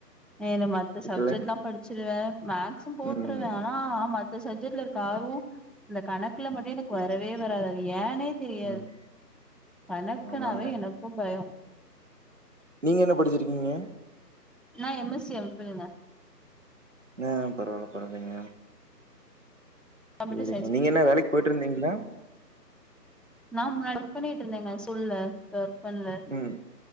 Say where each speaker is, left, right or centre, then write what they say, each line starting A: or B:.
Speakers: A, in the centre; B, on the right.
A: ஏன மத்த
B: இதுல
A: சப்ஜெக்ட்லாம் படிச்சிருவேன் மேக்ஸும் போட்ருவேன்
B: ம்.
A: ஆனா மத்த சப்ஜெக்ட்ல இருக்க ஆர்வம் இந்த கணக்குல மட்டும் எனக்கு வரவே வராதது ஏனே தெரியாது
B: ம்.
A: கணக்குனாவே
B: ஆமாங்க.
A: எனக்கும் பயம்
B: நீங்க என்ன படிச்சிருக்கீங்க
A: நான் M S C, M Phil ங்க
B: ஆ பரவாயில்ல பரவலைங்க
A: கம்ப்யூட்டர்
B: சேரிங்க நீங்க என்ன வேலைக்கு போயிட்டு இருந்தீங்களா
A: நா முன்னாடி பண்ணிட்டு இருந்தேங்க ஸ்கூல்ல பண்ணல
B: ம்